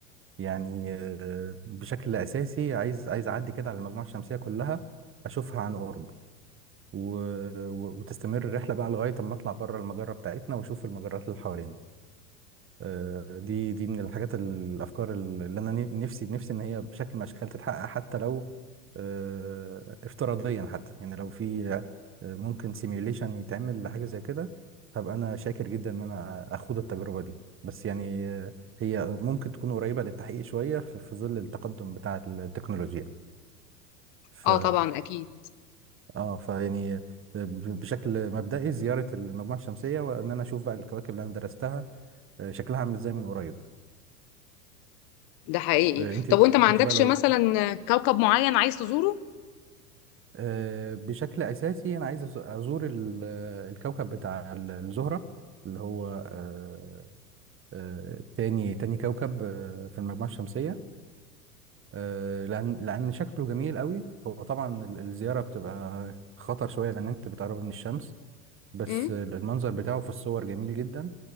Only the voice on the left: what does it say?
اه طبعا اكيد
ده حقيقي
طب وانت ما عندكش
مثلا كوكب معين عايز تزوره
امم